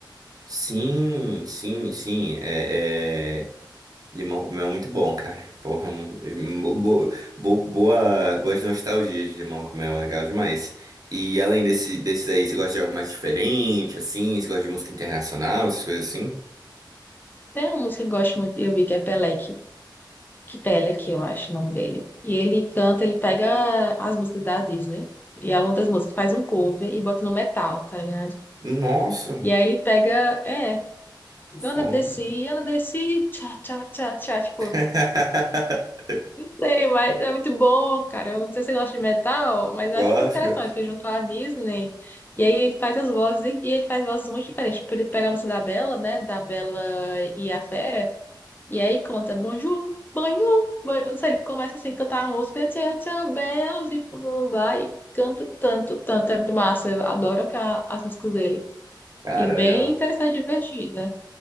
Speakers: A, on the right; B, on the left.
A: Sim, sim, sim. É, é... Limão com mel é muito bom, cara. Porra, hum, bo- bo- boa, boas nostalgias de limão com mel, legal demais. E além desse, desses aí, você gosta de algo mais diferente, assim? Você gosta de música internacional, essas coisas assim?
B: Tem uma música que eu gosto muito, eu vi que é Pelec, que Pelec, eu acho o nome dele. E ele canta, ele pega as músicas da Disney e algumas músicas, faz um cover e bota no metal, tá ligado?
A: Nossa,
B: E aí ele pega, é,
A: fome.
B: Ana Desci, Ana Desci, tchá, tchá, tchá, tchá, tipo,
A: <laughs>
B: sei, mas é muito bom, cara. Eu não sei se você gosta de metal, mas eu
A: Gosto,
B: acho muito interessante
A: gosto.
B: que junto à Disney. E aí ele faz as vozes, e ele faz vozes muito diferentes. Tipo, Ele pega a música da Bela, né? Da Bela e a Fera. E aí conta bonjour, bonjour, bonjour. Não Sei, Ele começa assim a cantar a música, tchan, tchan, bells, e blá, blá, blá, e canta tanto, tanto, é muito massa. Eu adoro ca- as músicas dele.
A: Cara,
B: E bem
A: legal.
B: interessante e divertida.